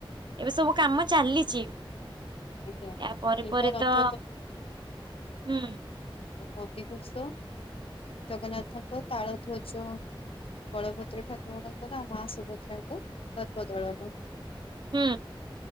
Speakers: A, on the right; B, on the left.
A: ଏବେ ସବୁ କାମ ଚାଲିଚି।
B: ଆଜ୍ଞା।
A: ୟା ପରେ
B: ତିନିଟା
A: ପରେ
B: ରଥ
A: ତ ହୁଁ।
B: ନବିଘୋଷ ଜଗନ୍ନାଥଙ୍କ ତାଳଧ୍ୱଜ ବଳଭଦ୍ର ଠାକୁରଙ୍କର ଆଉ ମା ସୁଭଦ୍ରାଙ୍କ ଦର୍ପଦଳନ।
A: ହୁଁ।